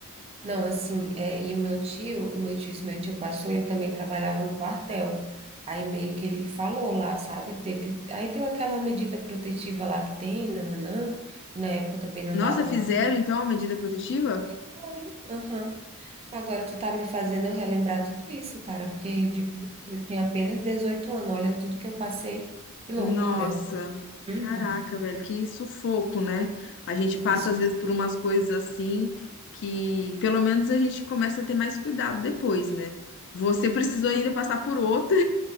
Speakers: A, on the right; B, on the left.
A: Não, assim, é, e o meu tio, o meu tio, esse meu tio pastor, ele também trabalhava no quartel. Aí meio que ele falou lá, sabe? Teve, aí deu aquela medida protetiva lá que tem, nananã, que na época também não
B: Nossa,
A: dava
B: fizeram
A: muita
B: então a medida protetiva?
A: coisa. zero. Aham. Agora tu tá me fazendo eu relembrar tudo isso, cara, porque eu digo, eu tinha apenas 18 anos, olha tudo que eu passei, que loucura.
B: Nossa,
A: Uhum.
B: caraca, velho, que sufoco, né? A gente passa
A: Isso.
B: às vezes por umas coisas assim que pelo menos a gente começa a ter mais cuidado depois, né? Você precisou ainda passar por outra